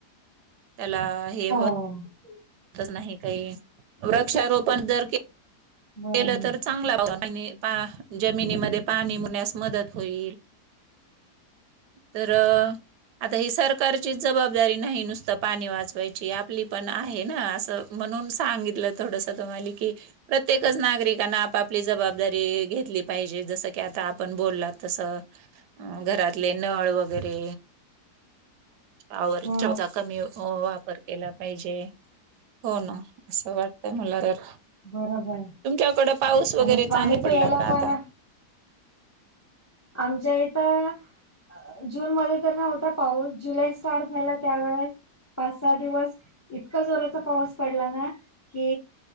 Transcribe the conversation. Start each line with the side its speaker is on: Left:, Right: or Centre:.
Right: त्याला हे होत
Left: हो
Right: नाही काही वृक्षारोपण जर कि.
Left: बरोबर
Right: केलं तर चांगला बाघा. जमिनीमध्ये पाणी मुण्यास मदत होईल. तर आता ही सरकारचीच जबाबदारी नाही नुसता. पाणी वाचवायची आपली पण आहे ना असं म्हणून सांगितलं थोडस तुम्हाला की. प्रत्येक नागरिकांना आपाली जबाबदारी घेतली पाहिजे जस की आता. पण बोलला तस घरातले नळ वगैरे. आवर
Left: हो
Right: चौचा कमी हो वापर केला पाहिजे हो ना असं वाटतंय मला तर
Left: बरोबर आहे
Right: तुमच्याकडं पाऊस वगैरे
Left: आणि पाणी
Right: चांगला
Left: पियला
Right: पडला का
Left: पण
Right: आता?
Left: आमच्या इथं जून मध्ये तर नव्हता पाऊस जुलै स्टार्ट झाला त्यावेेळेस पाच सहा दिवस इतका जोराचा पाऊस पडला ना कि